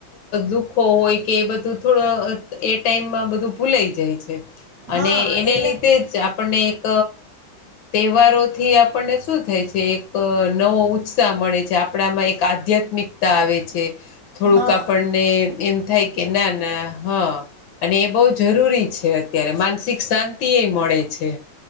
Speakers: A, on the left; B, on the right.
A: દુખો હોય કે એ બધું થોડું- એ ટાઈમમાં બધું ભૂલાઈ જાય છે
B: હા
A: અને એને
B: એટલે
A: લીધે જ આપ- આપણને એક તહેવારોથી આપણને શું થાય છે એક- નવો ઉત્સાહ મળે છે. આપણામાં એક આધ્યાત્મિકતા આવે છે. થોડુંક
B: હા
A: આપણને એમ થાય કે ના ના હં અને એ બહુ જરૂરી છે. ત્યારે માનસિક શાંતિ એ મળે છે.